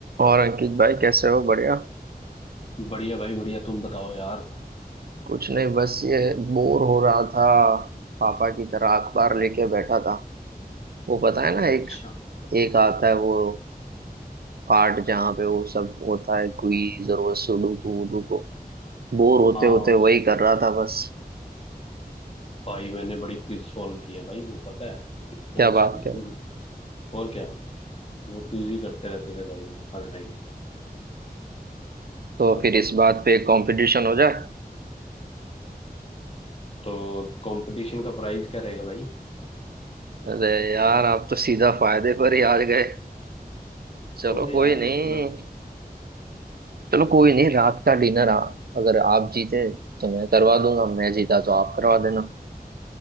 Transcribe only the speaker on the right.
और अंकित भाई कैसे हो बढ़िया
कुछ नहीं बस ये बोर हो रहा था पापा की तरह अखबार लेके बैठा था वो पता है ना एक
एक आता है वो पार्ट जहाँ पे वो सब होता है क्विज और वो सुडोकू वुडोकू बोर होते
होते वही कर रहा था बस
क्या
बात
कर रहा हूँ।
तो
फिर इस बात पे कंपटीशन हो जाए
अरे यार आप तो सीधा फायदे पर ही आ गए चलो
कोई नहीं
चलो कोई नहीं रात का डिनर आ अगर आप जीते तो मैं करवा दूंगा मैं जीता तो आप करवा देना